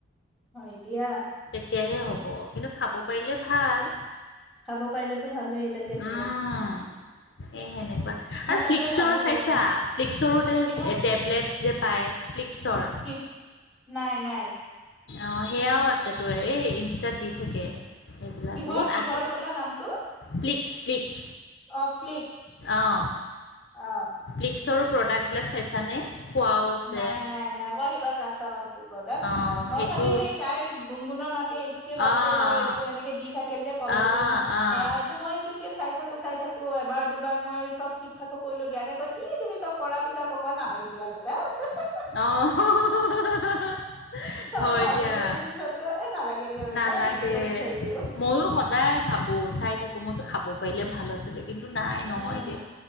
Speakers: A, in the centre; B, on the left.
A: হয় দিয়া।
B: তেতিয়াহে হ'ব কিন্তু খাব পাৰিলে ভাল,
A: খাব পাৰিলেতো ভালেই তাকেতো
B: উম। এ সেনেকুৱা
A: মই
B: আৰু
A: তাকে
B: ফ্লিক্সৰ
A: ভাবো
B: চাইছা,
A: জানানে
B: ফ্লিক্সৰো যে
A: কিহৰ
B: টে - টেবলেট যে পায় ফ্লিক্সৰ?
A: কি নাই নাই।
B: অ সেয়াও আছে তো, এই ইনষ্টাত দি থাকে। এইবিলাক
A: কিহৰ
B: বহুত
A: কিহৰ
B: আজি
A: ক'লা নামটো?
B: প্লিক্স - প্লিক্স,
A: অ', ফ্লিক্স
B: অঁ।
A: অ।
B: প্লিক্সৰো প্ৰডাক্টবিলাক চাইছানে? খোৱাও আছে
A: নাই নাই নাই, মই সিমান নাচাও সেইটো প্ৰডাক্ট,
B: অঁ
A: মই
B: সেইটো
A: খালি সেই তাইৰ গুণগুণৰ মাকে এইচ কে ৱাইটেলৰ
B: অঁ
A: এইটো এনেকে দি থাকে যে কলা
B: অঁ
A: যেন
B: অঁ অঁ
A: এয়া টো মই এইটোকে চাই থাকো চাই থাকো, এবাৰ, দুবাৰ মই চব ঠিক থাকো কৰিলগিয়া এনেকৈ কি তুমি চব কৰাৰ পিছত অক নালাগে দিয়া বেটা হিহিহ।
B: অ হ হ হ হ হ হ হ।
A: চব
B: অ হয়
A: ভাবি
B: দিয়া,
A: মেলি পিছত কৈ এ নালাগে দিয়া বেটা
B: নালাগে
A: এনেকে কৰি থৈ দিওঁ
B: মইও সদায় ভাবোঁ, চাই থাকোঁ, মই কৈছোঁ খাব পাৰিলে ভাল আছিলে। কিন্তু নাই নহয়
A: উম
B: দে,